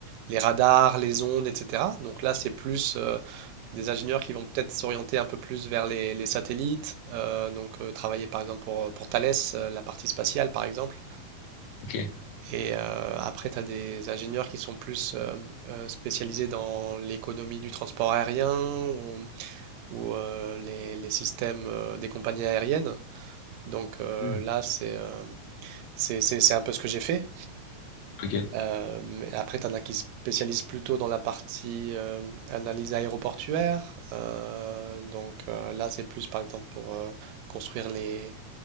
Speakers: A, on the right; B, on the left.
A: les radars, les ondes, etc. Donc là, c'est plus euh, des ingénieurs qui vont peut-être s'orienter un peu plus vers les, les satellites, euh, donc euh, travailler par exemple pour, pour Thales, euh, la partie spatiale par exemple.
B: ok.
A: Et euh, après, tu as des ingénieurs qui sont plus euh, euh, spécialisés dans l'économie du transport aérien ou, ou, euh, les, les systèmes euh, des compagnies aériennes. Donc euh,
B: Hmm,
A: là, c'est euh, c'est c'est- c'est un peu ce que j'ai fait.
B: Ok, oui.
A: Euh, et après, tu en as qui se spécialisent plutôt dans la partie euh, analyse aéroportuaire. Euh, donc euh, là, c'est plus par exemple pour euh, construire les,